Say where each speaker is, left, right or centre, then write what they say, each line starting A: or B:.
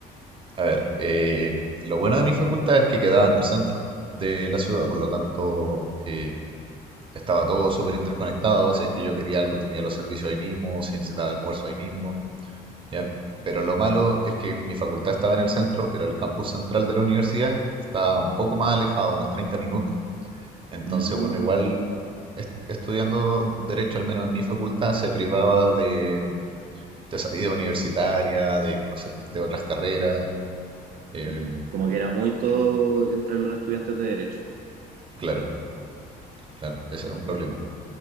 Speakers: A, on the right; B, on the right.
A: A ver, eh, lo bueno de mi facultad es que quedaba en el centro de la ciudad, por lo tanto eh, estaba todo súper interconectado. Si es que yo quería algo, tenía los servicios ahí mismo, si necesitaba almuerzo ahí mismo. ¿ya?
B: claro.
A: Pero lo malo es que mi facultad estaba en el centro, pero el campus central de la universidad estaba un poco más alejado, unos 30 minutos. Entonces,
B: Mm,
A: bueno, igual est- estudiando derecho, al menos en mi facultad, se privaba de, mm, de esa vida universitaria, de conocer gente de otras carreras. eh,
B: ya, Como que era muy todo
A: en-
B: entre los estudiantes de derecho.
A: claro, claro, ese era un problema.
B: Ya.